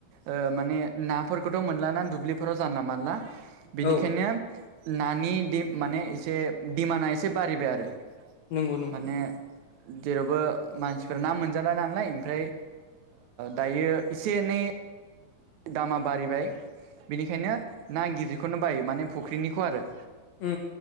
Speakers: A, on the right; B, on the left.
A: ओ माने नाफोरखौथ' मोनलाना दुब्लिफोराव जानला मानला बेनिखायनो
B: औ
A: नानि माने एसे दिमान्डआ एसे बारिबाय आरो
B: नंगौ नंगौ
A: माने
B: नंगौ
A: जेरावबो मानसिफोरा ना मोनजाला नालाय ओमफ्राय दायो एसे एनै दामा बारिबाय बिनिखायनो ना गिदिरखौनो बायो माने फुख्रिनिखौ आरो।
B: उ